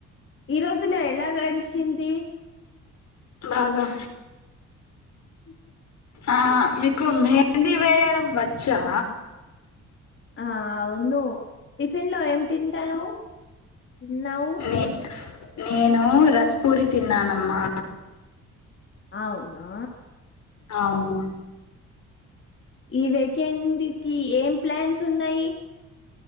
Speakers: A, on the left; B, on the left.
A: ఈ రోజులో ఎలా గడిచింది
B: బాగా
A: ఉ
B: ఆ మీకు మెహెందీ వేయడం వచ్చా
A: ఆ అవును టిఫిన్ లో ఏం తింటావు తిన్నావు
B: నే నేను రస్ పూరి తిన్నానమ్మా
A: అవునా
B: అవును
A: ఈ వేకెండ్కిి ఏం ప్లాన్స్ ఉన్నాయి